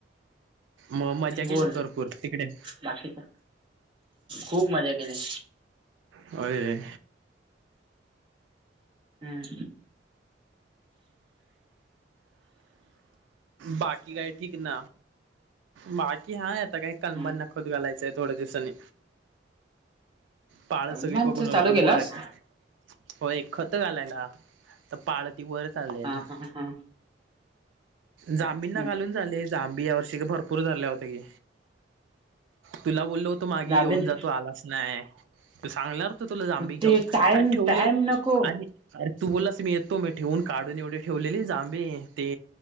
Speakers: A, on the right; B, on the right.
A: म मज्जा
B: बोल
A: केलीत भरपूर तिकडे
B: बाकी का खूप मजा केली.
A: व्हय
B: हम्म
A: बाकी काय, ठीक ना? बाकी हाय आता काही कलबांना
B: हम्म,
A: खोत घालायचंय थोड्या दिवसांनी. पाळ
B: सलमानच
A: सगळी बघून होती
B: चालू केलास
A: बोराची हो एक खत घालायला तर पाळ चालेल
B: हा
A: ना,
B: हा हा
A: जांबींना
B: हम्म,
A: घालून झाले जाबी या वर्षी भरपूर पूर धरल्या होत्या की, तुला बोललो होतो मागे
B: जामीन
A: येऊन जा तू आलाच नाय त सांगणार तुला जांबी
B: कुठे
A: घेऊन
B: टाइम
A: अरे ठेवलेले
B: टाइम नको
A: अरे, अरे तू बोललास मी येतो मी ठेवून काढून एवढी ठेवलेली जांबे ते